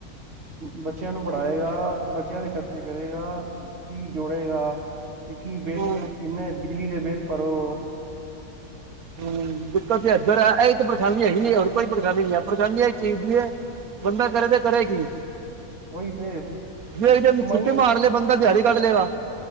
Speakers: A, on the right; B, on the right.
A: ਬੱਚੇਆਂ ਨੂੰ ਪੜ੍ਹਾਏਗਾ, ਬੱਚੇਆਂ ਦੇ ਖਰਚੇ ਕਰੇਗਾ, ਕੀ ਜੋੜੇਗਾ? ਤੇ ਕੀ ਬਿੱਲ,
B: ਹੂੰ
A: ਕਿੰਨੇ ਬਿਜਲੀ ਦੇ ਬਿੱਲ ਭਰੋ।
B: ਹੂੰ, ਦਿੱਕਤ ਤੇ ਐਧਰ ਐ, ਐਹੀ ਤੇ ਪਰੇਸ਼ਾਨੀ ਹੈਗੀ ਐ, ਹੋਰ ਕੋਈ ਪਰੇਸ਼ਾਨੀ ਨਹੀਂ ਆ, ਪਰੇਸ਼ਾਨੀ ਇਸ ਚੀਜ਼ ਦੀ ਐ ਬੰਦਾ ਕਰੇ ਤੇ ਕਰੇ ਕੀ,
A: ਉਹੀ ਤੇ
B: ਫੇਰ ਇਹਦੇ
A: ਕਮਾਈਆਂ
B: ਚ ਛੁੱਟੀ ਮਾਰ ਲਏ ਬੰਦਾ ਦਿਹਾੜੀ ਕੱਢ ਲੇਗਾ।